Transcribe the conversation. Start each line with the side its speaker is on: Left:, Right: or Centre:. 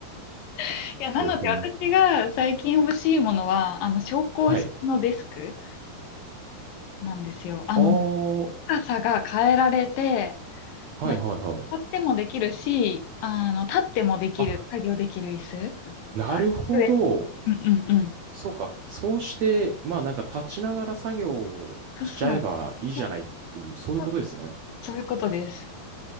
Left: いや、なので私が最近欲しいものは、
Right: 5分。
Left: あの、昇降式のデスク
Right: はい。
Left: なんですよ。あの、
Right: あー、
Left: 高さが変えられて、
Right: はいはいはい。
Left: なんか立ってもできるし、あの、立ってもできる、
Right: あ、
Left: 作業できる椅子。
Right: なるほど。
Left: 上うんうんうん。
Right: そうか。そうして、まあなんか立ちながら作業をしちゃえばいいじゃないっていう、
Left: そうそう。そう
Right: そういうことですね。
Left: そうそういうことです。